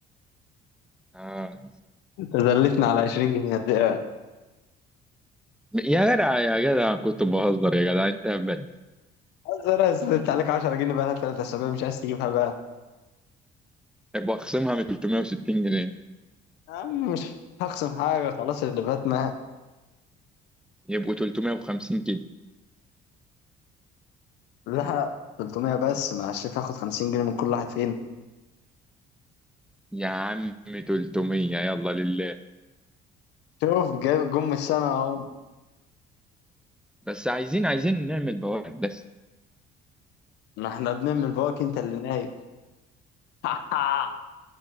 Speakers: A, in the centre; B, on the left.
A: اه
B: انت زلتنا على 20 جنيه دي ايه
A: يا جدع يا جدع كنت بهزر يا جدع انت هبل.
B: عايز انا زلت عليك 10 جنيه بقى لها 3 اسابيع مش عايز تجيبها بقى
A: بخصمها من 360 جنيه
B: يا عم مش هخصم حاجه خلاص اللي فات ما
A: يبقوا 350 كده
B: لها 300 بس مع الشيف هاخد 50 جنيه من كل واحد فين
A: يا عم 300 يلا لله
B: شوف جاي- جم السنه اهو
A: بس عايزين عايزين نعمل بوابات بس
B: ما احنا بنعمل بواك انت اللي نايم <laughs>